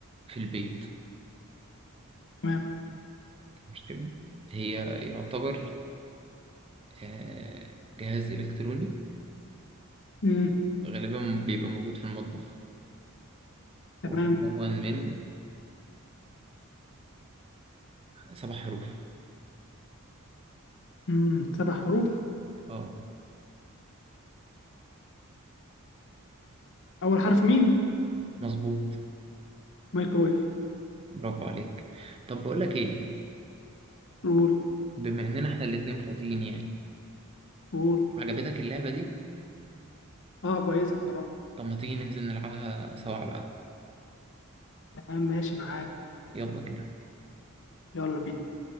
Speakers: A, on the right (about 25°); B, on the left (about 60°).
A: في البيت
B: تمام
A: مش مشكلة هي يعتبر آه، جهاز إلكتروني
B: امم
A: غالبا بيبقى موجود في المطبخ
B: تمام
A: هو مكون من سبع حروف
B: امم سبع حروف
A: اه
B: اول حرف ميم
A: مظبوط
B: مايكرويف
A: برافو عليك طب بقول لك ايه
B: قول
A: بما اننا احنا الاتنين فاضيين يعني
B: قول
A: عجبتك اللعبة دي
B: اه كويسه بصراحه
A: طب ما تيجي ننزل نلعبها سوا على القهوة
B: تمام ماشي معاك
A: يلا بينا
B: يلا بينا